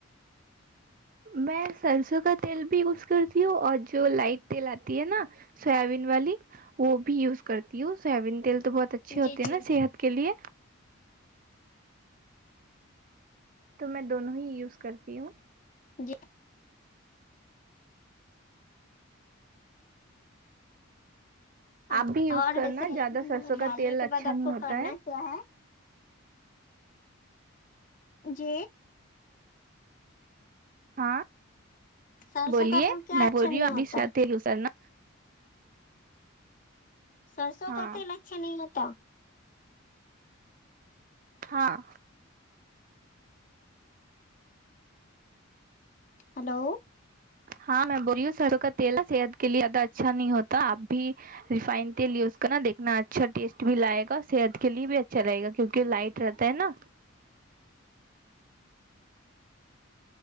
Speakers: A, on the right; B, on the left.
A: میں سرسوں کا تیل بھی یوز کرتی ہوں اور جو لائٹ تیل آتی ہے نا سویابین والی وہ بھی یوز کرتی ہوں سویابین تیل تو بہت اچھے ہوتے
B: جی
A: ہیں
B: جی
A: نا صحت کے لیے تو میں دونوں ہی یوز کرتی ہوں
B: جی اچھ
A: آپ بھی یوز
B: اور
A: کرنا
B: جیسے
A: زیادہ سرسوں کا
B: ڈالنے
A: تیل
B: کے
A: اچھا
B: بعد آپ
A: نہیں
B: کو
A: ہوتا
B: کرنا کیا ہے جی
A: ہاں
B: سرسوں
A: بولیے
B: کا تیل کیا
A: میں
B: اچھا
A: بول
B: نہیں
A: رہی ہوں
B: ہوتا
A: ابھی سواتیل
B: ہے
A: یسرنا
B: سرسوں
A: ہاں
B: کا تیل اچھا نہیں ہوتا
A: ہاں
B: ہلو
A: ہاں میں بولی ہوں سرو کا تیل ہے صحت کے لیے زیادہ اچھا نہیں ہوتا آپ بھی ریفائن تیل یوز کرنا دیکھنا اچھا ٹیسٹ بھی لائے گا صحت کے لیے بھی اچھا رہے گا کیونکہ لائٹ رہتا ہے نا